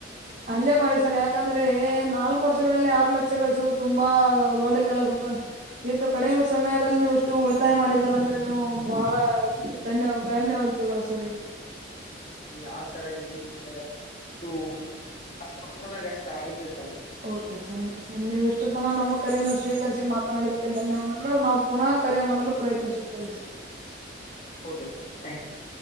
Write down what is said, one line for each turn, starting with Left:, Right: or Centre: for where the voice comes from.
Right: ಅಲ್ಲೇ ಮಾಡಿ ಸರ್ ಯಾಕಂದ್ರೆ ನಾಲ್ಕು ವರ್ಷಗಳಲ್ಲಿ ಆರು ಲಕ್ಷ ಗಳಿಸೋದು ತುಂಬಾ ದೊಡ್ಡ ಕೆಲಸ ಸರ್. ಇಟ್ಟು ಕಡಿಮೆ ಸಮಯದಲ್ಲಿ ನೀವು ಇಷ್ಟು ಉಳಿತಾಯ ಮಾಡಿದರ ಅಂದ್ರೆ ನೀವು ಬಹಳ ಧನ್ಯ ಗಣ್ಯ ವ್ಯ ಕ್ತಿಗೋಳ್ ಸರ್ ಈಗಾ.
Left: ಈಗ್ ಆ ತರ ಏನಿಲ್ಲ ಸರ್ ಇವು ಅಷ್ಟ <unintelligible> ಅಷ್ಟ ಆಗುತ್ತೆ ಸರ್.
Right: ಹೋಗ್ ಕೆಲ್ಸ <unintelligible> ಸರ್ ನೀವುಷ್ಟೋತನ ನಮ್ಮ ಕರೆಯನ್ನು ಸ್ವೀಕರಿಸಿ ಮಾತನಾಡಿದಕ್ಕೆ ಧನ್ಯವಾದಗಳು ನಾವು ಪುನಃ ಕರೆ ಮಾಡಲು ಪ್ರಯತ್ನಿಸುತ್ತೇವೆ ಸರ್.
Left: ಓಕೆ ಸರ್ ಥ್ಯಾಂಕು ಸ